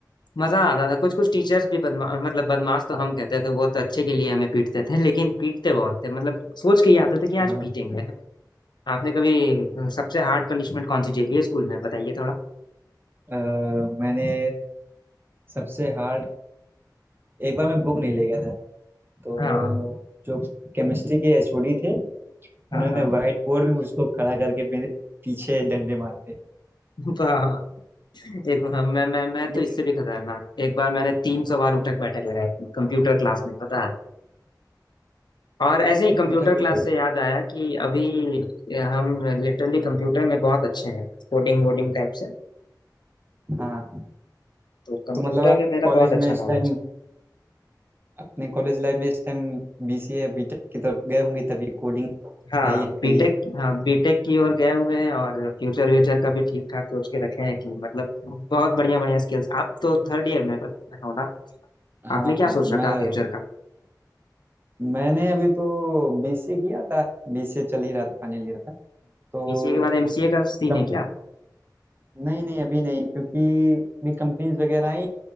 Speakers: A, on the left (about 80°); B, on the right (about 30°).
A: मजा आता था कुछ कुछ टीचर्स भी बदमा मतलब बदमाश तो हम कहते थे वो तो अच्छे के लिए हमें पीटते थे लेकिन पीटते बहुत थे मतलब सोच के ही आते थे कि आज
B: हाँ
A: पीटेंगे आपने कभी अ, सबसे हार्ड पनिशमेंट कौन सी झेली है स्कूल में बताइए थोड़ा
B: अ, मैंने सबसे हार्ड एक बार मैं बुक नहीं ले गया था तो
A: हाँ
B: जो केमिस्ट्री के एचओडी थे उन्होंने
A: हाँ हाँ
B: व्हाइट बोर्ड में मुझको खड़ा करके मेरे पीछे डंडे मारे थे
A: <laughs> वाह। एक हम मैं मैं मैं
B: ये
A: तो इससे भी खतरनाक एक बार मैंने तीन सौ बार उठक बैठक लगाई थी कंप्यूटर क्लास में पता है और ऐसे ही कंप्यूटर
B: उठक बैठक
A: क्लास से याद आया कि अभी हम लिटरली कंप्यूटर में बहुत अच्छे हैं कोडिंग वोडिंग टाइप से
B: हाँ
A: तो कंप्यूटर
B: तो मतलब आप
A: में मेरा
B: कॉलेज
A: बहुत अच्छा
B: में इस
A: नॉलेज
B: टाइम अपने कॉलेज लाइफ में इस टाइम बीसीए या बीटेक की तरफ गए होंगे तभी कोडिंग
A: हाँ
B: आई आपके
A: बीटेक
B: लिए
A: हाँ बीटेक की ओर गए हुए हैं और फ्यूचर व्यूचर का भी ठीक ठाक सोच के रखे हैं कि मतलब बहुत बढ़िया बढ़िया स्किल्स आप तो थर्ड ईयर में हो ना
B: हाँ
A: आपने क्या
B: हाँ
A: सोच रखा
B: मैं
A: फ्यूचर का
B: मैंने अभी तो बीसीए किया था बीसीए चल ही रहा था फाइनल ईयर था तो
A: बीसीए के बाद एमसीए का सीन
B: कम,
A: है क्या
B: नहीं नहीं अभी नहीं क्योंकि अभी कंपनीज वगैरह आई